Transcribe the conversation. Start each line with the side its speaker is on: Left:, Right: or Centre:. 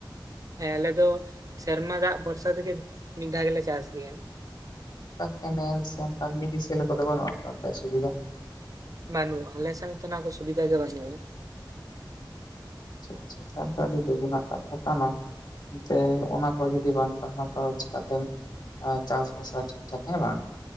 Right: ᱦᱮᱸ ᱟᱞᱮ ᱫᱚ ᱥᱮᱨᱢᱟ ᱫᱟᱜ ᱵᱷᱚᱨᱥᱟ ᱛᱮᱜᱮ ᱢᱤᱫ ᱫᱷᱟᱣ ᱜᱮᱞᱮ ᱪᱟᱥ ᱜᱮᱭᱟ᱾
Left: <unintelligible> ᱠᱮᱱᱮᱞ ᱥᱮ ᱚᱱᱠᱟ <unintelligible> ᱞᱮᱠᱟᱫᱚ ᱵᱟᱹᱱᱩᱜᱟ ᱛᱚ ᱚᱱᱛᱮ ᱥᱩᱵᱤᱫᱷᱟ?
Right: ᱵᱟᱱᱩᱜ, ᱟᱞᱮᱥᱮᱫ ᱛᱚ ᱱᱟᱣᱟᱠᱚ ᱥᱵᱤᱫᱷᱟ ᱜᱮ ᱵᱟᱝᱟᱹᱱᱩᱜ᱾
Left: ᱟᱪᱪᱷᱟ ᱟᱪᱪᱷᱟ <unintelligible> ᱟᱹᱰᱤ ᱫᱩᱜᱩ ᱨᱮᱱᱟᱜ ᱠᱟᱛᱷᱟ ᱠᱟᱱᱟ᱾ ᱛᱮ ᱚᱱᱟ ᱠᱚ ᱡᱩᱫᱤ ᱵᱟᱝ ᱛᱟᱦᱮᱱᱟ ᱛᱚ ᱪᱤᱠᱟᱛᱮᱢᱼᱼ ᱟᱨ ᱪᱟᱥᱼᱵᱟᱥᱟ ᱴᱷᱤᱠ ᱴᱷᱟᱠ ᱦᱮᱸ ᱵᱟᱝ?